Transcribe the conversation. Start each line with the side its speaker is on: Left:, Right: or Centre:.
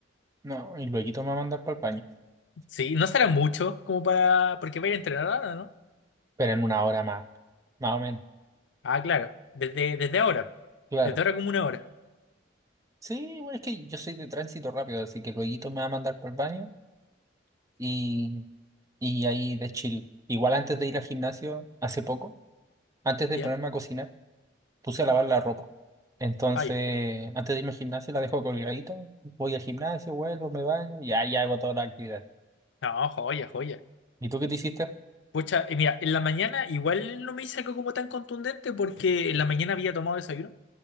Right: No, y luego me va a mandar para el paño.
Left: Sí, no será mucho como para... Porque va a ir a entrenar ahora, ¿no?
Right: Pero en una hora más, más o menos,
Left: Ah, claro. Desde, desde ahora.
Right: claro.
Left: Desde ahora como una hora.
Right: Sí, bueno, es que yo soy de tránsito rápido, así que luego me va a mandar por el baño y, y ahí de chill. Igual antes de ir al gimnasio, hace poco, antes de
Left: ¿Ya?
Right: ponerme a cocinar, puse a lavar la ropa. Entonces,
Left: Ah, ya.
Right: antes de irme al gimnasio la dejo colgadita, voy al gimnasio, vuelvo, me baño y ahí hago toda la actividad.
Left: No, joya, joya.
Right: ¿Y tú qué te hiciste?
Left: Pucha, y mira, en la mañana igual no me hice algo como tan contundente porque en la mañana había tomado desayuno.